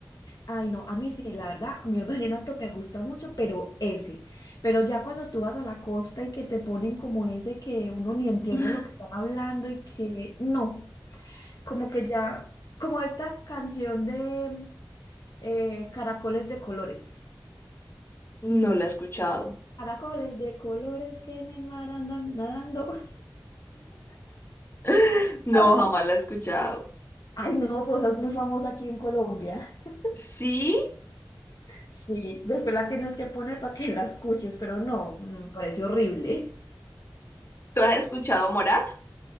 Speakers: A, on the left (about 60°); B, on the left (about 35°).
A: Ay, no, a mí sí, la verdad, a mí el vallenato me gusta mucho, pero ese. Pero ya cuando tú vas a la costa y que te ponen como ese que uno ni entiende
B: <laughs>
A: lo que están hablando y que no, como que ya, como esta canción de eh, Caracoles de colores.
B: no la he escuchado.
A: Caracoles de colores que en el mar andan nadando.
B: <laughs> No,
A: <laughs>
B: jamás la he escuchado.
A: Ay, no, pues es muy famosa aquí en Colombia. <laughs>
B: Sí,
A: Sí, después la tienes que poner para que <laughs> la escuches, pero no, me parece horrible.
B: ¿tú has escuchado Morat?